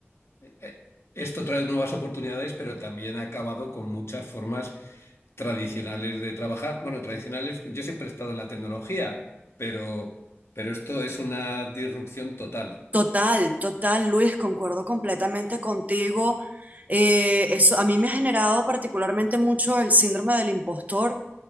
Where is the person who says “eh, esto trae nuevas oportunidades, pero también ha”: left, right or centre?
Left